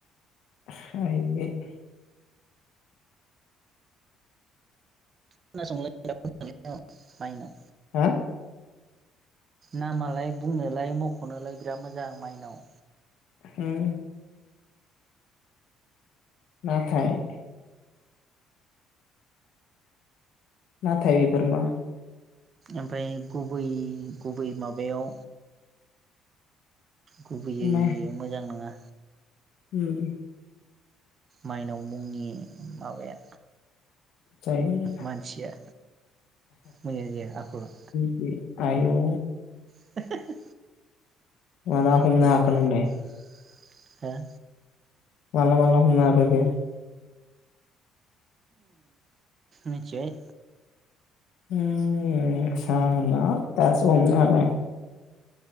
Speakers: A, on the left; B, on the right.
A: <unintelligible>
B: खोनासंलाय <unintelligible> माइनाव
A: हो
B: नामालाय बुंनोलाय मख'नोलाय बिराद मोजां माइनाव।
A: उम नाथाय नाथाय इफोरमा?
B: ओमफ्राय गुबै गुबै माबायाव गुबैयै
A: मा
B: मोजां नङा।
A: उम
B: माइनाव मुंनि माबाया
A: जायो
B: मानसिया मोजां जाया आखला।
A: ए आयौ
B: <unintelligible>
A: माला
B: <unintelligible>
A: हमनो हाखो नोंलाय
B: हो
A: माला मला हमनो हाफेरखो?
B: मिथिबाय
A: उम साला दासो हमनो हाबाय।